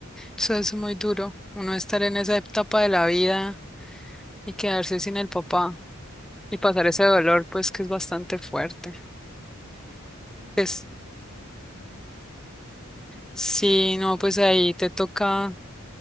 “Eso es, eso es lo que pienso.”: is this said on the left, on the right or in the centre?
Left